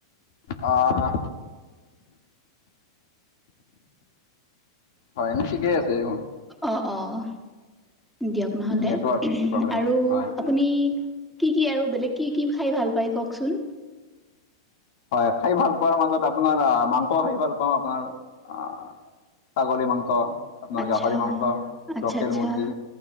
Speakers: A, on the left; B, in the centre.
A: অ'! হয়, ঠিকেই আছে দেখোন।
B: অ' অ'! দিয়ক নহ'লে।
A: নেটৱৰ্ক প্ৰব্লেম
B: আৰু
A: হ'ব হয়
B: আপুনি? কি কি আৰু বেলেগ কি কি খাই ভাল পায় কওঁকচোন?
A: হয়, খাই ভাল পোৱাৰ মাজত, আপোনাৰ মাংস খাই ভাল পাওঁ। আপোনাৰ আঁ ছাগলী মাংস। আপোনাৰ,
B: আচ্ছা
A: গাহৰি মাংস,
B: আচ্ছা
A: লোকেল
B: আচ্ছা
A: মুৰ্গী,